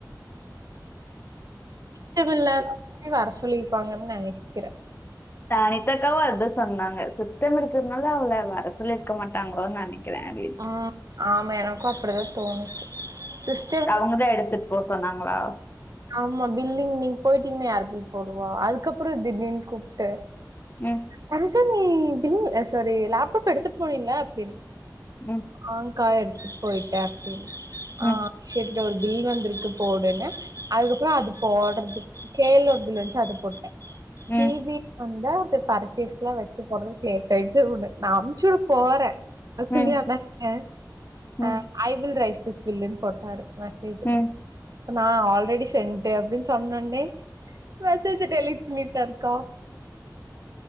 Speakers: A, on the right (about 55°); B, on the left (about 30°).
A: வீட்குள்ள வர சொல்லிர்பாங்கன் நனைக்கிற
B: தனித்தக்காவு அத சொன்னாங்க சிஸ்டம் இருக்கிறதுனால அவ்ள வர சொல்லி இருக்க மாட்டாங்ளோ நனைக் க்ரவேஜ்
A: ம் ஆமா எனக்கு அப்டிதா தோணுச்சு சிஸ்
B: அவுங்கதா எடுத்துட் போ சொன்னாங்களா
A: ஆமா பில்லிங் நீங் போயிட்டீங்னா யார் பில் போடுவா அதுக்கப்றோ திடீனு கூப்ட்டு
B: ம்
A: தமிசா நீ பில்லு அ சாரி லேப்டாப் எடுத்துட் போனீல அப்டின்னு
B: ம்,
A: ஆ கா எடுத்துட் போயிட்ட அப்டின்னு ஆ
B: ம்.
A: இங்க ஒரு பில் வந்திருக்கு போடுன்னு அதுக்கப்றோ அது போட்றது கேள் ஒரு பில் வச்சு அது போட்ட சிபி
B: ம்.
A: வந்தா அது பர்ச்சேஸ்லா வச்சு போறதுக் லேட்டாயிச்சு உனக் நா அமுச்சுட போற <unintelligible>
B: ம் ம்
A: அ ஐ வில் ரை த பில்லன்னு போட்டாரு மெசேஜ் இப்ப
B: ம்
A: நா ஆல்ரெடி சென்ட் அப்டி சொன்னோன்னே மெசேஜ்ச டெலிட்ட மீட்டாக்கா